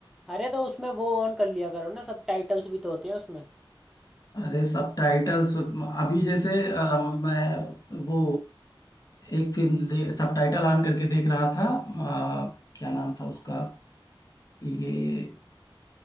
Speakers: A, in the centre; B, on the left.
A: अरे तो उसमें वो ऑन कर लिया करो ना सब टाइटल्स भी तो होते हैं उसमें
B: अरे सबटाइटल्स अभी जैसे अ, मैं वो एक फिल्म सबटाइटल ऑन करके देख रहा था अ, क्या नाम था उसका ये